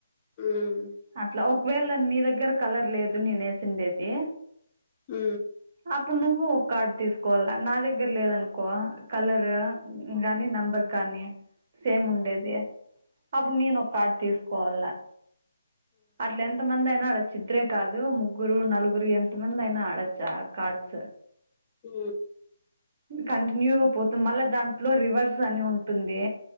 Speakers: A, on the left (about 20°); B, on the right (about 35°).
A: ఉం
B: అట్లా ఒకవేళ నీ దగ్గర కలర్ లేదు నేనేేసిండేది
A: హ
B: అప్పుడు నువ్వు ఒక కార్డు తీసుకోవాల నా దగ్గర లేదనుకో కలర్ కానీ నెంబర్ కానీ సేమ్ ఉండేది అప్పుడు నేను ఒక కార్డు తీసుకోవాల అట్లా ఎంత మంది అయినా ఆడొచ్చు ఇద్ద్రే కాదు ముగ్గురు నలుగురు ఎంత మంది అయినా ఆడొచ్చ కాడ్స్
A: హ
B: కంటిన్యూగా పోతుంది మళ్ళ దాంట్లో రివర్స్ అని ఉంటుంది